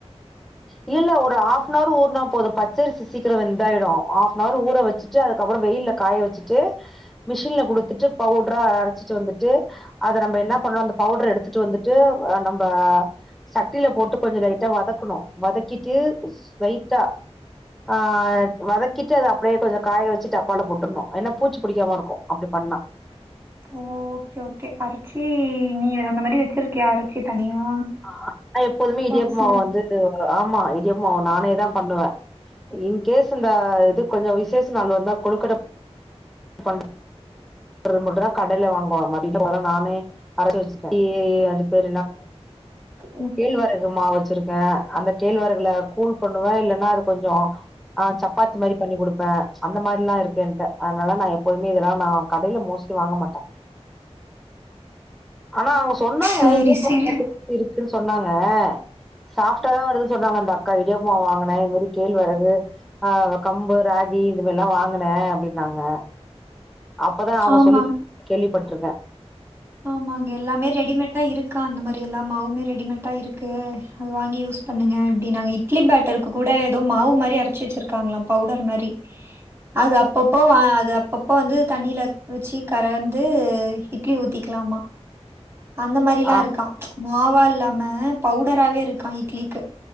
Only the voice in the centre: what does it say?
இல் இல்ல ஒரு ஹாஃப்னவர் ஊர்னா போது பச்சரிசி சீக்கிரோ வெந்தாயிடோ ஹாஃப்னவர் ஊர வச்சு ட்டு அதுக்கப்றோ வெயில்ல காய வச்சிட்டு மிஷின்ல குடுத்துட்டு பவுடரா அரைச்சிட்டு வந்துட்டு அத நம்ம என்ன பண்ணோ அந்த பவுடர் எடுத்துட்டு வந்துட்டு ஆ நம்ம சட்டில போட்டு கொஞ்சோ லைட்டா வதக்கனோ வதக்கிட்டு லைட்டா ஆ வதக்கிட்டு அது அப்டியே கொஞ்சோ காய வச்சிட்டு டப்பால போட்டர்ணு ஏன்னா பூச்சி புடிக்காம இருக்கோ அப்டி பண்ணா
ஆ ஆ நா எப்போதுமே இடியாப்ப
மாவு வந்து ஆமா இடியாப்ப மாவு நானே தா பண்ணுவே இன்கேஸ் அந்த இது கொஞ்சோ விஷேச நாள் வந்தா கொலுக்கட்ட பண் பண்ற மட்டு தா கடையில வாங்குவோ மடில போற நானே அரச்சி வச்சிப்ப
கேழ்வரகு மாவு வச்சிருக்கே அந்த கேழ்வரகுல கூழ் பண்ணுவே இல்லன்னா அது கொஞ்சோ ஆ சப்பாத்தி மாரி பண்ணி குடுப்பே அந்த மாரில்லா இருக்கு ஏன்ட்ட அதனால நா எப்போதுமே இதெல்லா நா கடையில மோஸ்ட்லி வாங்க மாட்டே ஆனா அவங்க சொன்னாங்க
இடியாப்ப
மாவுல திருப்தி இருக்குன்னு சொன்னாங்க சாப்டா தா வருதுன்னு சொன்னாங்க அந்த அக்கா இடியாப்போ வாங்குனே இது கேழ்வரகு ஆ கம்பு ராகி இதுவெல்லா வாங்குனே அப்டின்னாங்க அ அப்பதா அவங்க
சொல்லி கேள்விப்பட்டுருக்கே
ஆ